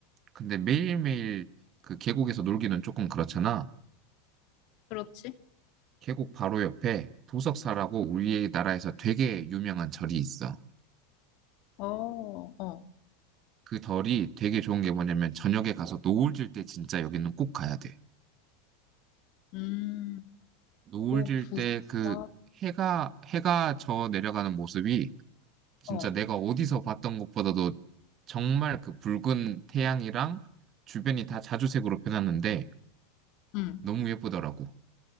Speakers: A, on the right (about 40°); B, on the left (about 55°).
A: 근데 매일매일 그 계곡에서 놀기는 조금 그렇잖아.
B: 그렇지?
A: 계곡 바로 옆에 도석사라고 우리나라에서 되게 유명한 절이 있어.
B: 어, 어.
A: 그 절이 되게 좋은 게 뭐냐면 저녁에 가서 노을 질 때 진짜 여기는 꼭 가야 돼.
B: 음,
A: 노을
B: 오,
A: 질
B: 부럽다.
A: 때 그 해가 해가 저 내려가는 모습이 진짜
B: 어,
A: 내가 어디서 봤던 것보다도 정말 그 붉은 태양이랑 주변이 다 자주색으로 변하는데
B: 응.
A: 너무 예쁘더라고.